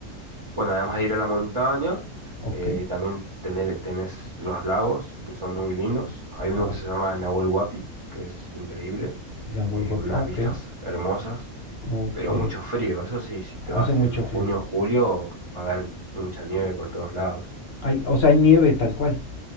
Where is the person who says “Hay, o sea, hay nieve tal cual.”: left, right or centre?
Left